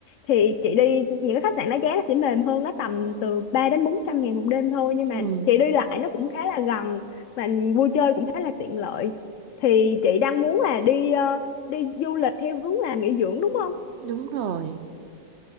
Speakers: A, on the left (about 75°); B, on the right (about 65°).
A: thì chị đi những cái khách sạn nó giá nó sẽ mềm hơn nó tầm từ 3 đến 400 ngàn một đêm thôi nhưng mà
B: ừ.
A: chị đi lại nó cũng khá là gần và vui chơi cũng khá là tiện lợi thì chị đang muốn là đi ờ, đi du lịch theo hướng là nghỉ dưỡng đúng không
B: đúng rồi